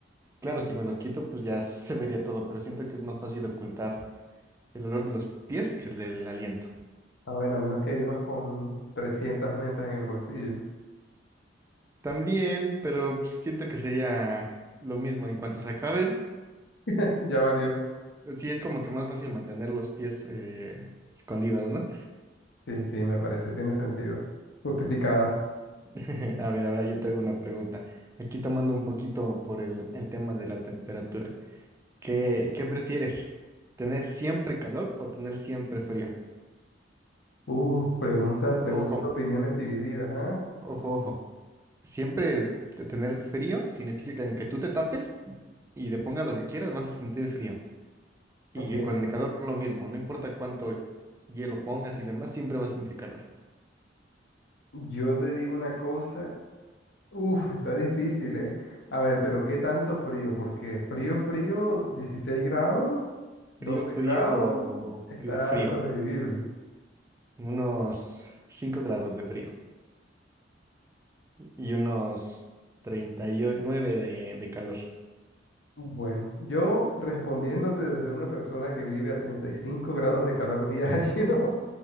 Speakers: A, on the right (about 15°); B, on the left (about 70°).
A: Claro, si me los quito, pues ya se vería todo, pero siento que es más fácil ocultar el olor de los pies que el del aliento.
B: Ah, bueno, a menos que vivas con 300 mentas en el bolsillo.
A: También, pero pues, siento que sería lo mismo en cuanto se acaben.
B: <laughs> Ya valió.
A: Sí, es como que más fácil mantener los pies eh, escondidos, ¿no?
B: Sí, sí, me parece, tiene sentido. Justificada.
A: <laughs> A ver, ahora yo te hago una pregunta. Aquí tomando un poquito por el, el tema de la temperatura. ¿Qué, qué prefieres? ¿Tener siempre calor o tener siempre frío?
B: Uh, pregunta, preguntas,
A: Ojo,
B: opiniones divididas, ¿ah?
A: ojo, ojo. Siempre te- tener frío significa que aunque tú te tapes y le pongas lo que quieras, vas a sentir frío. Y
B: Ok.
A: que con el calor lo mismo, no importa cuánto hielo pongas y demás, siempre vas a sentir calor.
B: Yo te digo una cosa Uf, está difícil, ¿eh? A ver, pero ¿qué tanto frío? Porque frío, frío, 16 grados, 12
A: Frío, frío,
B: grados, está
A: frío, frío.
B: sobrevivible.
A: Unos 5 grados de frío. y unos 39 de, de calor.
B: Bueno, yo respondiéndote desde una persona que vive a 35 grados de calor <laughs> diario,